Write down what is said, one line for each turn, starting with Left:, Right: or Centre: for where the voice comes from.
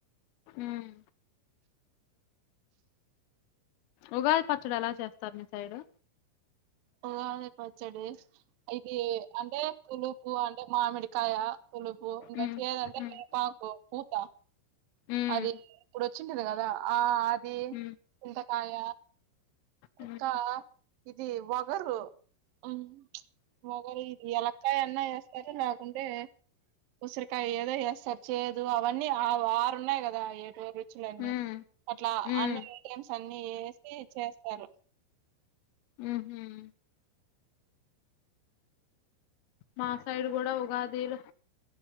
Left: ఉమ్. ఉగాది పచ్చడి ఎలా చేస్తారు మీ సైడు
Right: ఉగాది పచ్చడి ఇది అంటే పులుపు అంటే మామిడికాయ పులుపు ఇంకా
Left: ఉమ్
Right: చేదు అంటే
Left: ఉమ్
Right: వేపకు పూతా
Left: ఉమ్
Right: అది ఇప్పుడు వచ్చిండది కదా ఆ అది
Left: ఉమ్
Right: చింతకాయ
Left: ఉమ్
Right: ఇంకా ఇది వగరు ఉమ్ వగరు ఇది ఎలకాయ అన్నా వేస్తారు లేకుంటే ఉసిరికాయ ఏదో చేస్తారు చేదు అవన్నీ ఆ ఆరు ఉన్నాయి కదా ఏడురు రుచులన్నీ
Left: ఉమ్
Right: అట్లా
Left: ఉమ్
Right: అన్ని ఐటమ్స్ అన్ని వేసి చేస్తారు
Left: ఉమ్ ఉమ్ మా సైడ్ కూడా ఉగాదిలు